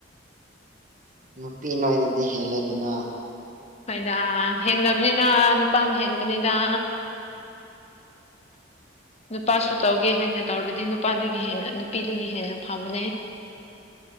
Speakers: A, on the right; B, on the left.
A: ꯅꯨꯄꯤ ꯅꯣꯏꯅꯗꯤ ꯍꯦꯜꯂꯦꯗꯅ
B: ꯍꯣꯏꯗ ꯍꯦꯟꯗꯕꯅꯤꯅ ꯅꯨꯄꯥꯅ ꯍꯦꯟꯕꯅꯤꯗ
A: <inaudible>
B: ꯅꯨꯄꯥꯁꯨ ꯇꯧꯒꯦ ꯍꯥꯏꯅ ꯇꯧꯔꯗꯤ ꯅꯨꯄꯥꯗꯒꯤ ꯍꯦꯟꯅ ꯅꯨꯄꯤꯗꯒꯤ ꯍꯦꯟꯅ ꯐꯕꯅꯦ